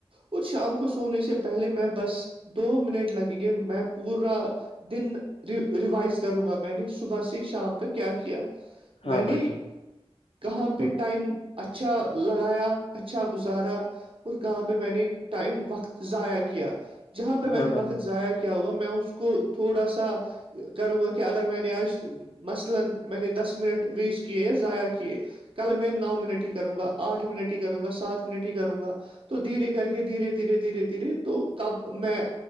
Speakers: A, on the right; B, on the left.
A: ک شام کو سونے سے پہلے میں بس دو منٹ لگیں گے میں پورا دن ریوائز کروں گا میں نے صبح سے شام تک کیا کیا
B: ہاں
A: میں نے
B: بھائی جان
A: کہاں پہ ٹائم اچھا لگایا اچھا گزارا اور کہاں پہ میں نے ٹائم وقت ضائع کیا جہاں پہ میں
B: ہاں
A: نے
B: بھائی
A: وقت
B: جان
A: ضائع کیا کیا ہوا میں اس کو تھوڑا سا کروں گا کہ اگر میں نے ج مثلا میں نے دس منٹ ویسٹ کیے یا ضائع کیے کل میں نو م ہی کروں گا آٹھ منٹ ہی کروں گا سات منٹ ہی کروں گا تو دھیرے کر کے دھیرے دھیرے دھیرے دھیرے تو کب میں